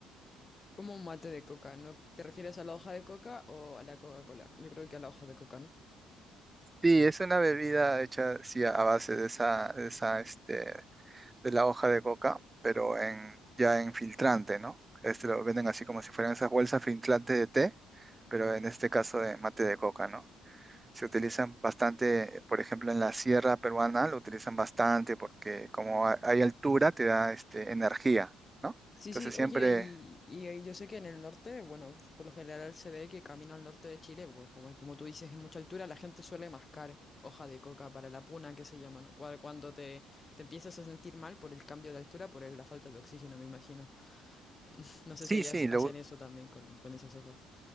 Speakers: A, on the left; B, on the right.
A: Como un mate de coca, ¿no? ¿Te refieres a la hoja de coca o a la Coca-Cola? Yo creo que a la hoja de coca, ¿no?
B: Sí, es una bebida hecha sí, a base de esa, de esa, este, de la hoja de coca, pero en, ya en filtrante, ¿no? Este lo venden así como si fueran esas bolsas filtrantes de té, pero en este caso de mate de coca, ¿no? Se utilizan bastante, por ejemplo, en la sierra peruana lo utilizan bastante porque como ha- hay altura te da este, energía, ¿no?
A: Sí,
B: Entonces
A: sí, oye,
B: siempre,
A: y, y ahí yo sé que en el norte, bueno, por lo general se ve que camino al norte de Chile, bueno, como, como tú dices, en mucha altura, la gente suele mascar hoja de coca para la puna, que se llama, ¿no? Cual- Cuando te, te empiezas a sentir mal por el cambio de altura, por el- la falta de oxígeno, me imagino. <laughs> No sé
B: sí,
A: si allá
B: sí, lo,
A: hacen eso también con, con esas hojas.